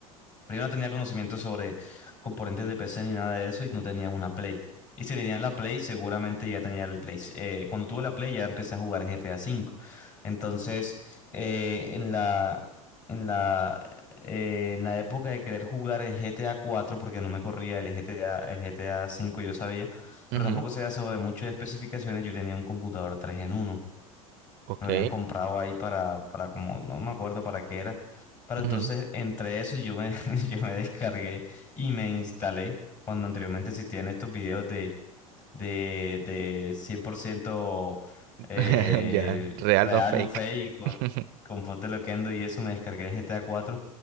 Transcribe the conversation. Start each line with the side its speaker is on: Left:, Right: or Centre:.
Left: Primero no tenía conocimiento sobre componentes de PC ni nada de eso y no tenía una Play. Y si tenía la Play, seguramente ya tenía el Play. eh, cuando tuve la Play ya empecé a jugar GTA V. Entonces, eh, en la, en la, eh, en la época de querer jugar el GTA 4, porque no me corría el GTA, el GTA 5, yo sabía,
Right: ujú.
Left: pero tampoco sabía sobre muchas especificaciones, yo tenía un computador 3 en uno
Right: Ok.
Left: lo habían comprado ahí para, para como, no me acuerdo para qué era. Pero entonces,
Right: Ujú.
Left: entre eso, yo me, <laughs> yo me descargué y me instalé cuando anteriormente existían estos videos de, de, de 100%
Right: <laughs>
Left: eh,
Right: Ya, real
Left: real,
Right: no fake.
Left: no fake, con,
Right: <laughs>
Left: con Ponte Loquendo y eso, me descargué GTA cuatro